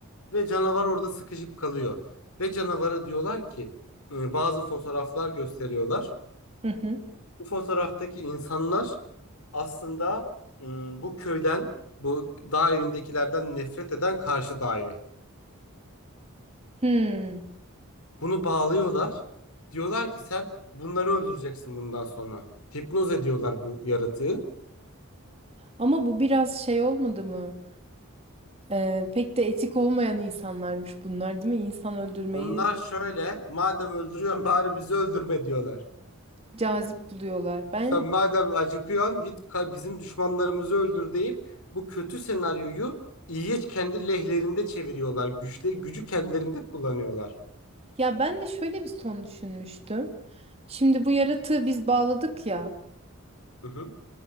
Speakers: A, on the left; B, on the right.
A: Ve canavar orada sıkışıp kalıyor. Ve canavara diyorlar ki e, bazı fotoğraflar gösteriyorlar.
B: Hı hı.
A: Bu fotoğraftaki insanlar aslında ım, bu köyden, bu dağ evindekilerden nefret eden karşı dağ evi.
B: Hmm.
A: Bunu bağlıyorlar. Diyorlar ki sen bunları öldüreceksin bundan sonra. Hipnoz ediyorlar bu yaratığı.
B: Ama bu biraz şey olmadı mı? E, pek de etik olmayan insanlarmış bunlar, değil mi? İnsan öldürmeyi
A: Onlar şöyle, madem öldürüyorsun <laughs> bari bizi öldürme diyorlar.
B: cazip buluyorlar. Ben
A: Sen madem acıkıyorsun git ka- bizim düşmanlarımızı öldür deyip bu kötü senaryoyu iyiye kendi lehlerinde çeviriyorlar. Güçleri, gücü kendilerinde kullanıyorlar.
B: Ya ben de şöyle bir son düşünmüştüm. Şimdi bu yaratığı biz bağladık ya.
A: Hı hı.